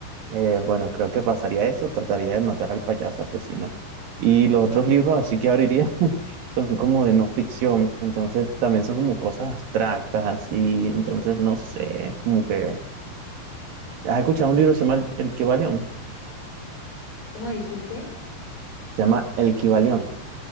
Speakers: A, on the right; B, on the left.
A: Eh, bueno, creo que pasaría eso, trataría de matar al payaso asesino. Y los otros
B: Ah,
A: libros, así que abriría, <laughs> son como de no ficción, entonces también son como cosas abstractas y entonces no sé, como que... ¿Has escuchado un libro que se llama El Kybalión?
B: ¿Cómo dijiste?
A: Se llama El Kybalión.